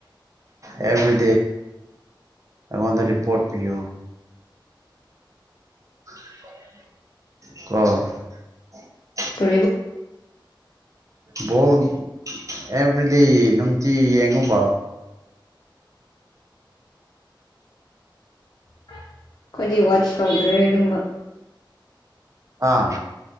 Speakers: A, on the right (about 40°); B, on the left (about 50°).
A: ꯑꯦꯕꯔꯤ ꯗꯦꯣꯟꯗ ꯔꯤꯄꯣꯠ ꯄꯤꯌꯣ ꯑ
B: ꯀ
A: ꯕꯣꯜ ꯑꯦꯕ꯭ꯔꯤꯗꯦ ꯅꯨꯡꯇꯤ ꯌꯦꯡꯉꯨꯕ
B: ꯍ ꯑꯩꯈꯗꯤ ꯋꯥꯁ ꯇꯧꯗ꯭ꯔꯦ ꯑꯗꯨꯝꯕ
A: ꯑꯥ